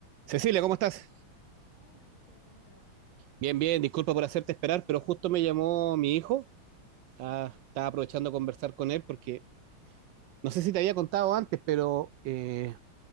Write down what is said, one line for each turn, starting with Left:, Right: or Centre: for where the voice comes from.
Right: Cecilia, ¿cómo estás?
Left: Hola José, ¿cómo te va?
Right: Bien, bien, disculpa por hacerte esperar, pero justo me llamó mi hijo. Estaba,
Left: Ajá.
Right: estaba aprovechando de conversar con él porque no sé si te había contado antes, pero eh,